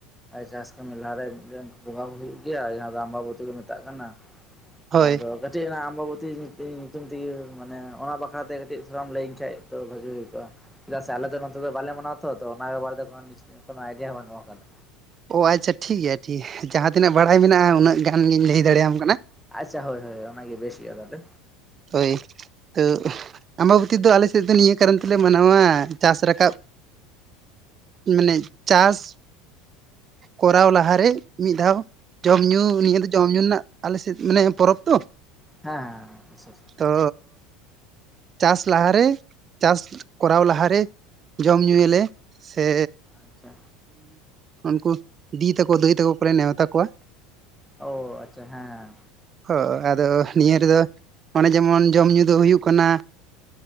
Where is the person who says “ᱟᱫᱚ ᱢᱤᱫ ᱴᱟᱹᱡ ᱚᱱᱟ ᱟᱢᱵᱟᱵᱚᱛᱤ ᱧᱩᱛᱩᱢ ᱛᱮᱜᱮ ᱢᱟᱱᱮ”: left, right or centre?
Centre